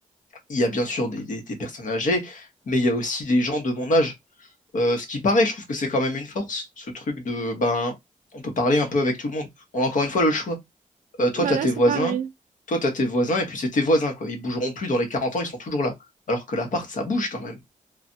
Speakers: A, on the left (about 75°); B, on the right (about 80°).
A: il y a bien sûr des, des, des personnes âgées, mais il y a aussi des gens de mon âge. Euh, ce qui paraît, je trouve que c'est quand même une force, ce truc de, ben, on peut parler un peu avec tout le monde. On a encore une fois le choix. Euh, toi,
B: Bah
A: t'as
B: là,
A: tes
B: c'est
A: voisins,
B: pareil.
A: toi, t'as tes voisins, et puis c'est tes voisins, quoi. Ils bougeront plus dans les 40 ans, ils sont toujours là. Alors que l'appart, ça bouge quand même.